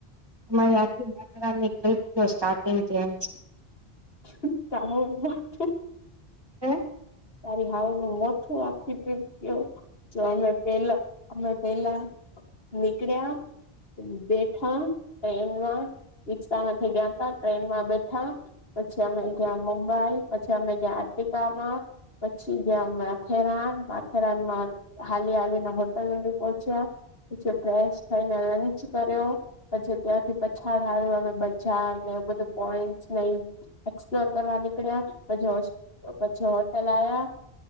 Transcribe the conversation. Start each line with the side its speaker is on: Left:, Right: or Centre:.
Right: તમારી આખ માત્રરાની ટપ સ્ટાર્ટિંગ તેમ છે
Left: ત
Right: હમ
Left: તારી હાવ નું મોઠું આખી ટ જો અમે પેલા અમે પેલા નીકળ્યા બેઠા એમમાં રિકષા માંથી ગયા ત ટ્રેન માં બેઠા પછી અમે ગયા મુંબઈ પછી અમે ગયા પ કમાં પછી ગયા માથેરાન માથેરાનમાં હાલી હાલી ના હોટલ અંદર પહોંચ્યા પછ ફેશ થઈને લંચ કર્યો પછી ત્યાંથી પછાડ હાર અમે બજાર બ પોઈન્ટ એસપ્લોર કરવા નીકળ્યા પછી પછી પેહલા આ,